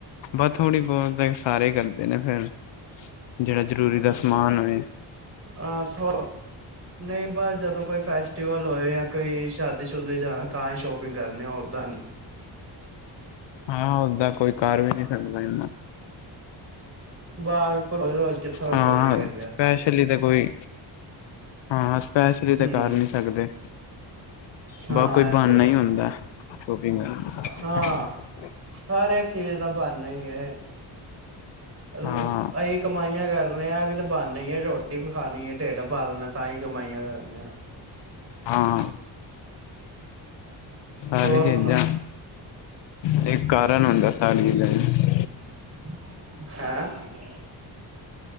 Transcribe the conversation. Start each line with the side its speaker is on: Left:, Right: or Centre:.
Left: ਬਸ ਥੋੜ੍ਹੀ ਬਹੁਤ ਤੇ ਸਾਰੇ ਕਰਦੇ ਨੇ ਫੇਰ ਜਿਹੜਾ ਜ਼ਰੂਰੀ ਦਾ ਸਮਾਨ ਹੋਏ।
Right: ਆਹ ਥੋ ਨਹੀਂ ਬਸ ਜਦੋਂ ਕੋਈ ਫੈਸਟੀਵਲ ਹੋਏ ਜਾਂ ਕੋਈ ਸ਼ਾਦੀ ਸ਼ੁਦੀ ਜਾਣਾ ਤਾਂ ਹੀ ਸ਼ੋਪਿੰਗ ਕਰਨੀ ਹੋ ਉੱਦਾਂ ਨੀਂ।
Left: ਹਾਂ ਓਦਾਂ ਕੋਈ ਕਰ ਵੀ ਨੀ ਸਕਦਾ ਇਨਾ
Right: ਬਸ, ਰੋਜ਼ -ਰੋਜ਼ ਕਿੱਥੋ
Left: ਹਾਂ
Right: ਸ਼ੋਪਿੰਗਾਂ ਕਰਨੀਆਂ
Left: ਸਪੈਸ਼ਲੀ
Right: ਅਸੀਂ।
Left: ਕੋਈ, ਹਾਂ ਸਪੈਸ਼ਲੀ ਤਾਂ
Right: ਹਮ
Left: ਕਰ ਨੀ ਸਕਦੇ।
Right: ਹਾਂ
Left: ਬਸ ਕੋਈ
Right: ਇਹ
Left: ਬਾਣਾ
Right: ਤੇ ਹੈ
Left: ਹੀ ਹੁੰਦਾ ਸ਼ੋਪੀਗ ਕਰਨ ਦਾ।
Right: ਹਾਂ ਹਰ ਇੱਕ ਚੀਜ਼ ਦਾ ਬਾਨਾ ਈ ਏ। <unintelligible>
Left: ਹਾਂ
Right: ਕਮਾਈਆਂ ਕਰਦੇ ਆ ਐਵੀਂ ਤਾਂ ਬਾਣਾ ਈ ਐ ਰੋਟੀ ਵੀ ਖਾਣੀ ਏ ਢਿੱਡ ਪਾਲਣਾ ਤਾਂ ਹੀ ਕਮਾਈਆਂ ਕਰਦੇ ਆ।
Left: ਹਾਂ। ਸਾਰੇ
Right: ਹੋਰ
Left: ਕਹਿੰਦੇ
Right: ਸੁਣਾਓ
Left: ਆ, ਕੋਈ ਕਾਰਨ ਹੁੰਦਾ ਸਾਰੀਆ ਚੀਜ਼ਾਂ ਦਾ।
Right: ' <unintelligible>